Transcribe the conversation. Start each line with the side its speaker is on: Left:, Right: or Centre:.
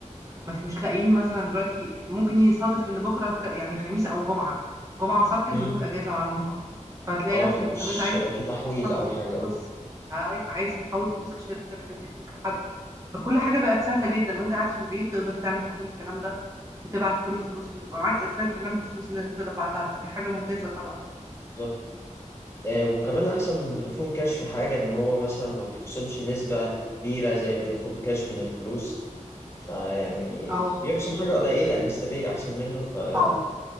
Right: مش مش لاقيين مثلا دلوقتي ممكن يصادف ان بكره خ- يعني خميس او جمعه جمعه وسبت البنوك
Left: مم.
Right: اجازه معروفه فتلاقي
Left: اه
Right: نفسك
Left: فمش
Right: طب انت عايز
Left: هيبقى في تحويل
Right: تحط
Left: أو حاجة
Right: فلوس
Left: اه
Right: عاي- عايز تحول فلوس لشركه تدي فلوس لحد فكل حاجة بقت سهلة جدا وانت قاعد في البيت تقدر تعمل كل الكلام ده وتبعت كل الفلوس ويبقى معاك اثبات كمان بالفلوس اللي انت دفعتها فدي حاجة ممتازة طبعا
Left: بالظبط آه، وكمان أحسن من فودافون كاش في حاجة إن هو مثلا ما بيخصمش نسبة كبيرة زي فودافون كاش من الفلوس فيعني
Right: اه
Left: بيخصم حاجة قليلة نسبية أحسن منه فيعني
Right: اه